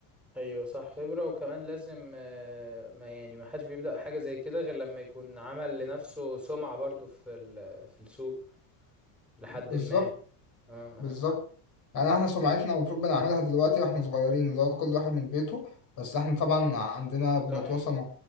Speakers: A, in the centre; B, on the left.
A: ايوه صح خبرة وكمان لازم آه، ما يعني ما حدش بيبدأ حاجة زي كده غير لما يكون عمل لنفسه سمعة برضو في ال- في السوق لحد
B: بالظبط
A: ما اه
B: بالظبط
A: اه
B: يعني احنا سمعتنا المفروض بنعملها دلوقتي واحنا صغيرين اللي هو كل واحد من بيته بس احنا طبعا عندنا بنتواصل
A: صح
B: مع